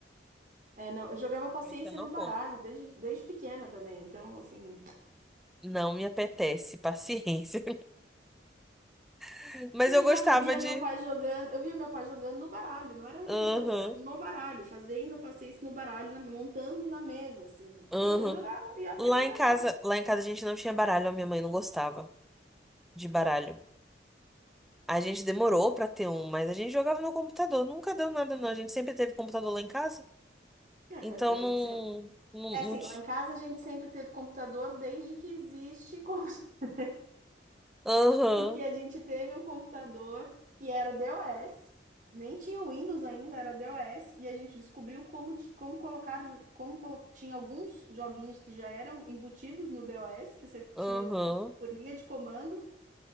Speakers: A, on the right; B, in the centre.
A: É, não, eu jogava paciência
B: Eu não
A: no
B: como.
A: baralho desde, desde pequena também, então, assim.
B: Não me apetece paciência. <laughs> Mas
A: Eu jogava,
B: eu gostava
A: eu via
B: de.
A: meu pai jogando, eu via meu pai jogando no baralho, não era no computador,
B: Aham,
A: era no baralho, fazendo a paciência no baralho, na- montando na mesa, assim.
B: aham.
A: E eu jogava e eu aprendi
B: Lá
A: a
B: em
A: jogar.
B: casa, lá em casa a gente não tinha baralho, a minha mãe não gostava de baralho. A gente demorou pra ter um, mas a gente jogava no computador, nunca deu nada, não. A gente sempre teve computador lá em casa.
A: É,
B: Então
A: a a gente
B: não.
A: sempre,
B: não,
A: é assim,
B: não ti-
A: lá em casa a gente sempre teve computador desde que existe, com- <laughs>
B: Aham,
A: porque a gente teve um computador que era DOS, nem tinha Windows ainda, era DOS, e a gente descobriu como, ti- como colocar, como colo- tinha alguns joguinhos que já eram embutidos no DOS, que você tinha
B: aham,
A: por linha de comando,